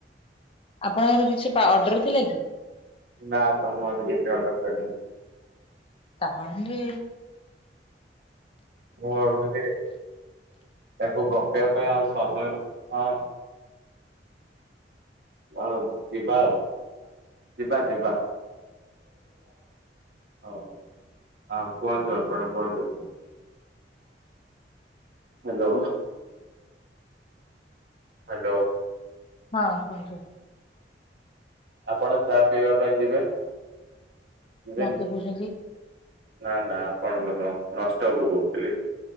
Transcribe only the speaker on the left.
ଆପଣଙ୍କର କିଛି ପା ଅର୍ଡର ଥିଲା କି?
ତାହାଲେ
ହଁ କୁହନ୍ତୁ।
ମତେ କଉଚନ୍ତି।